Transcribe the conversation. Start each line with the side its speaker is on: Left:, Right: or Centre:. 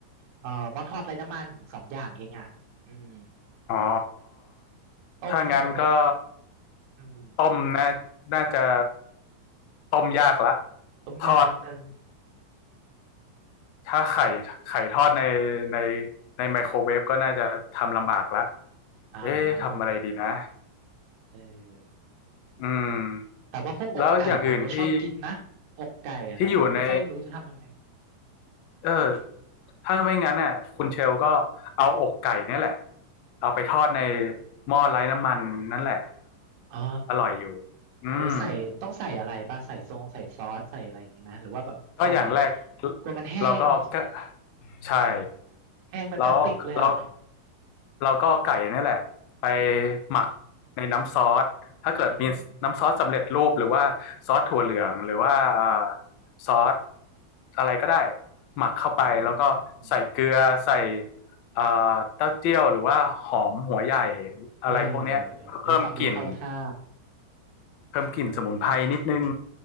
Right: เอ่อหม้อทอดไร้น้ำมันสองอย่างเองอ่ะอืม
Left: อ๋อ
Right: ต้มนี่ผอมว่า
Left: ถ้างั้นก็
Right: อืม
Left: ต้มน่าน่าจะต้มยากละ
Right: ต้มยากนิดนึง
Left: ทอดถ้าไข่ไข่ทอดในในในไมโครเวฟก็น่าจะทำลำบากละ
Right: อ่าฮะ
Left: เอ๊ะทำอะไรดีนะ
Right: เออ
Left: อืม
Right: แต่ว่าพวกอกไก่ผมก็ชอบกินนะอกไก่อะแต่ผมไม่ค่อยรู้จะทำยังไง
Left: แล้วอย่างอื่นที่ที่อยู่ในเออถ้าไม่งั้นน่ะคุณเชลก็เอาอกไก่เนี่ยแหละเอาไปทอดในหม้อไร้น้ำมันนั่นแหละ
Right: อ่า
Left: อร่อยอยู่อืม
Right: เออใส่ต้องใส่อะไรป่ะใส่ทรงใส่ซอสใส่อะไรอย่างงี้ไหมหรือว่าแบบทอดเลย
Left: ก็อย่างแรก
Right: กลัวมันแห้งเนาะ
Left: เราก็เอาก็ใช่
Right: แห้งเป็นพลาสติกเลยอ่ะ
Left: เราเราเราก็เอาไก่นี่แหละไปหมักในน้ำซอส ถ้าเกิดมีน้ำซอสสำเร็จรูปหรือว่าซอสถั่วเหลืองหรือว่าเอ่อ
Right: อืม
Left: ซอสอะไรก็ได้หมักเข้าไปแล้วก็ใส่เกลือใส่
Right: อืม
Left: เอ่อเต้าเจี้ยวหรือว่าหอมหัวใหญ่
Right: เออ
Left: อะไรพวกเนี้ยเพื่อเพิ่มกลิ่น
Right: เอ้ยฟังดูเข้าท่า
Left: เพิ่มกลิ่นสมุนไพรนิดนึง
Right: เออ